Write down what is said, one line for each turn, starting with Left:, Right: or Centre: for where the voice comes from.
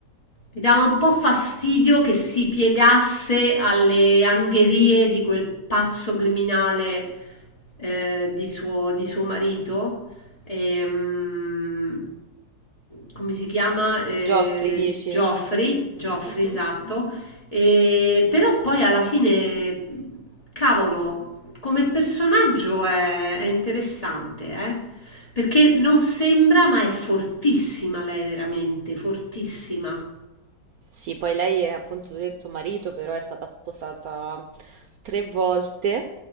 Left: mi dava un po' fastidio che si piegasse alle angherie di quel pazzo criminale eh, di suo, di suo marito. Ehm, come si chiama? Eh,
Right: Geoffrey dici?
Left: Geoffrey, Geoffrey,
Right: Mhm.
Left: esatto. E- però poi alla fine, cavolo, come personaggio è, è interessante, eh? Perché non sembra, ma è fortissima lei veramente, fortissima.
Right: Sì, poi lei è appunto tu hai detto marito, però è stata sposata tre volte.